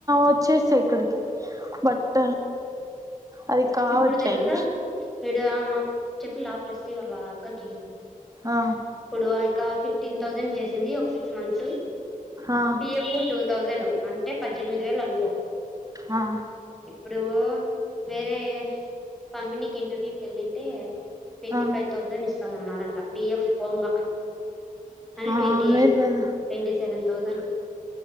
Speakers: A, on the right (about 25°); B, in the centre.
A: వచ్చేసా ఇక్కడికి బట్ అది కావట్లేదు
B: ఇప్పుడు తెలుసా ఇడ మాకు చెప్పి లాబ ఇవాళ అక్కకి
A: ఆ
B: ఇప్పుడు ఒక ఫిఫ్టీన్ థౌజండ్ చేసింది ఒక సిక్స్ మంత్స్
A: ఆ
B: పి ఎఫ్ టూ థౌసెను అంటే పద్దెనిమిది వేలు అనుకో
A: హా
B: ఇప్పుడు వేరే కంపెనీకి ఇంటర్వ్యూకి వెళ్ళింటే ట్వంటీ
A: ఆ
B: ఫైవ్ థౌసండ్ ఇస్ ఇస్తామన్నారంట పిఎఫ్ పోంగ అన్ని
A: ఆ
B: ట్వంటీ
A: మేలు
B: ఎయిట్
A: కదా
B: ట్వంటీ సెవెన్ తౌసండ్